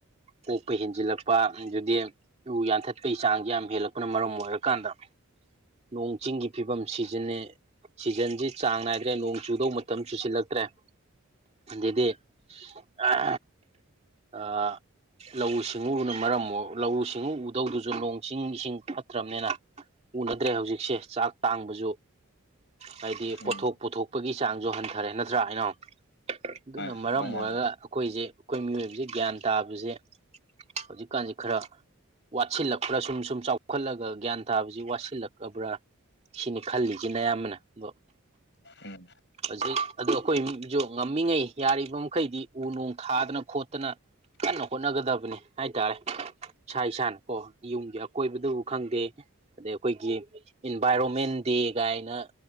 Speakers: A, on the right; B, on the left.
A: ꯀꯣꯛꯄ ꯍꯦꯟꯖꯤꯜꯂꯛꯄ ꯑꯗꯨꯗꯤ ꯎ ꯌꯥꯟꯊꯠꯄꯒꯤ ꯆꯥꯡꯖꯦ ꯌꯥꯝ ꯍꯦꯜꯂꯛꯄꯅ ꯃꯔꯝ ꯑꯣꯏꯔꯀꯥꯟꯗ ꯅꯣꯡ ꯆꯤꯡꯒꯤ ꯐꯤꯕꯝ ꯁꯤꯖꯟꯅꯦ ꯁꯤꯖꯟꯖꯤ ꯆꯥꯡ ꯅꯥꯏꯗ꯭ꯔꯦ ꯅꯣꯡ ꯆꯨꯗꯧ ꯃꯇꯝ ꯆꯨꯁꯤꯜꯂꯛꯇ꯭ꯔꯦ ꯑꯗꯗꯤ <unintelligible> ꯑ ꯂꯧꯎ ꯁꯤꯡꯎꯕꯅ ꯃꯔꯝ ꯑꯣꯏ ꯂꯧꯎ ꯁꯤꯡꯎ ꯎꯗꯧꯗꯨꯁꯨ ꯅꯣꯡ ꯆꯤꯡ ꯏꯁꯤꯡ ꯐꯠꯇ꯭ꯔꯕꯅꯤꯅ ꯎꯅꯗ꯭ꯔꯦ ꯍꯧꯖꯤꯛꯁꯦ ꯆꯥꯛ ꯇꯥꯡꯕꯁꯨ ꯍꯥꯏꯗꯤ
B: ꯎꯝ
A: ꯄꯣꯠꯊꯣꯛ ꯄꯨꯣꯊꯣꯛ ꯒꯤ ꯆꯥꯡꯖꯨ ꯍꯟꯊꯔꯦ ꯅꯠꯇ꯭ꯔꯥ ꯑꯩꯅ ꯑꯗꯨꯅ
B: ꯍꯣꯏ
A: ꯃꯔꯝ
B: ꯍꯣꯏ ꯏꯌꯥꯝꯕ
A: ꯑꯣꯏꯔꯒ ꯑꯩꯈꯣꯏꯖꯦ ꯑꯩꯈꯣꯏ ꯃꯤꯑꯣꯏꯕꯖꯦ ꯒ꯭ꯌꯥꯟ ꯇꯥꯕꯖꯦ ꯍꯧꯖꯤꯛꯀꯥꯟꯖꯦ ꯈꯔ ꯋꯥꯠꯁꯤꯜꯂꯛꯄ꯭ꯔꯥ ꯁꯨꯝ ꯁꯨꯝ ꯆꯥꯎ ꯂꯧꯈꯠꯂꯒ ꯒ꯭ꯌꯥꯟ ꯇꯥꯕꯖꯤ ꯋꯥꯠꯁꯤꯜꯂꯛꯑꯕ꯭ꯔꯥ ꯁꯤꯅꯤ ꯈꯜꯂꯤꯖꯦ ꯅꯌꯥꯝꯕꯅ ꯑꯗꯣ
B: ꯎꯝ
A: ꯍꯧꯖꯤꯛ ꯑꯗꯣ ꯑꯩꯈꯣꯏꯖꯨ ꯉꯝꯃꯤꯉꯩ ꯌꯥꯔꯤꯕ ꯃꯈꯩꯗꯤ ꯎ ꯅꯨꯡ ꯊꯥꯗꯅ ꯈꯣꯠꯇꯅ ꯀꯟꯅ ꯍꯣꯠꯅꯒꯗꯕꯅꯤ ꯍꯥꯏꯇꯥꯔꯦ ꯏꯁꯥ ꯏꯁꯥꯅ ꯀꯣ ꯌꯨꯝꯒꯤ ꯑꯀꯣꯏꯕꯗꯨꯕꯨ ꯈꯪꯗꯦ ꯑꯗꯩ ꯑꯩꯈꯣꯏꯒꯤ ꯏꯟꯚꯥꯏꯔꯣꯟꯃꯦꯟ ꯗꯦ ꯀꯥꯏꯅ